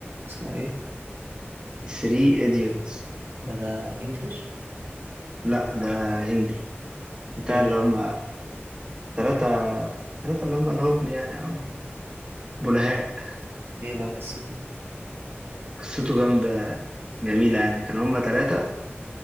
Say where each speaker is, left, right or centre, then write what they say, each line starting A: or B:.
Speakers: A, on the right (about 65°); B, on the right (about 20°).
A: اسمه ايه؟
B: 3 idiots
A: ده ده انجليش
B: لا ده هندي بتاع
A: ايه بقى
B: اللي هم تلاتة تلاتة اللي هم الهبل يعني أو بلهاء
A: ايه بقى قصته
B: قصته جامدة جميلة يعني كانوا هم تلاتة